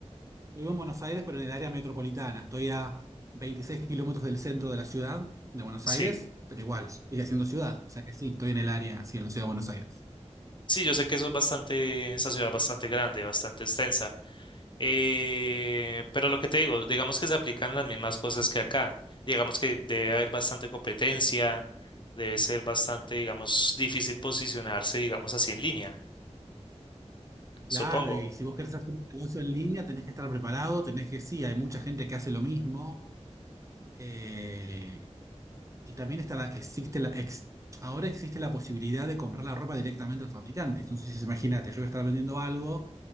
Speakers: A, on the right; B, on the left.
A: Yo vivo en Buenos Aires, pero en el área metropolitana. Estoy a 26 kilómetros del centro de la ciudad de Buenos
B: Sí,
A: Aires, pero igual, sigue siendo ciudad. O sea que sí, estoy en el área, sí, en la ciudad de Buenos Aires.
B: sí, yo sé que eso es bastante, esa ciudad es bastante grande, bastante extensa. Eh, pero lo que te digo, digamos que se aplican las mismas cosas que acá. Digamos que debe haber bastante competencia, debe ser bastante, digamos, difícil posicionarse, digamos así en línea, supongo.
A: Claro, y si vos querés hacer un negocio en línea, tenés que estar preparado, tenés que, sí, hay mucha gente que hace lo mismo. eh, y también está la- existe la, ex- ahora existe la posibilidad de comprar la ropa directamente al fabricante. Entonces, imagínate, yo voy a estar vendiendo algo